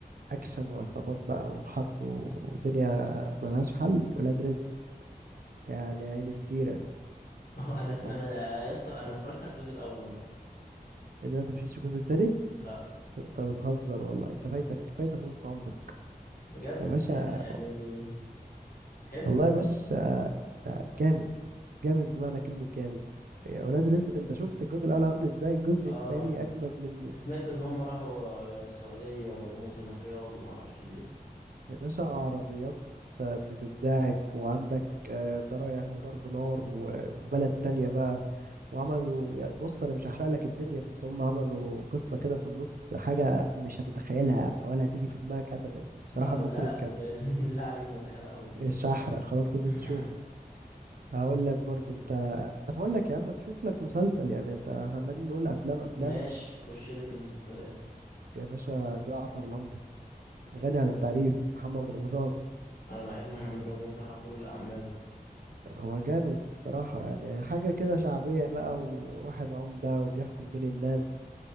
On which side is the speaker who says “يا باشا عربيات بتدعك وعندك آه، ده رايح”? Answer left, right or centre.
Right